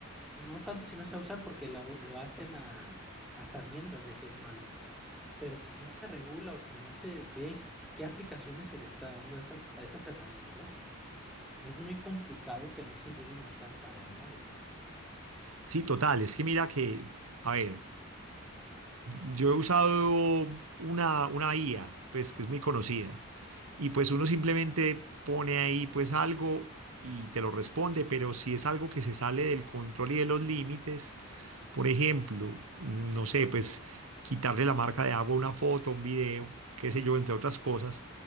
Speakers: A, in the centre; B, on the right.
A: no tanto si no se va a usar porque lo, lo hacen a, a sabiendas de que es malo, pero si no se regula o si no se ve qué aplicaciones se le está dando a esas, a esas herramientas, es muy complicado que no se lleguen a usar para el mal.
B: Sí, total, es que mira que, a ver, yo he usado una, una IA, pues que es muy conocida, y pues uno simplemente pone ahí pues algo y te lo responde, pero si es algo que se sale del control y de los límites, Por ejemplo, no sé, pues quitarle la marca de agua a una foto, a un video, qué sé yo, entre otras cosas,